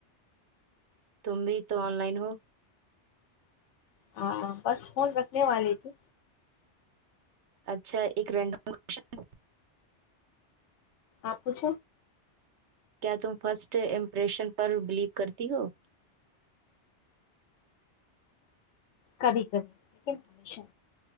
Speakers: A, on the right; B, on the left.
A: تم بھی تو آن لائن ہو
B: ہاں بس فون رکھنے والی تھی
A: اچھا ایک رینڈم آشن
B: آپو چ
A: کیا تم فرسٹ امپریشن پر بلیو کرتی ہو
B: کبھی کبھی لیکن ہمیشہ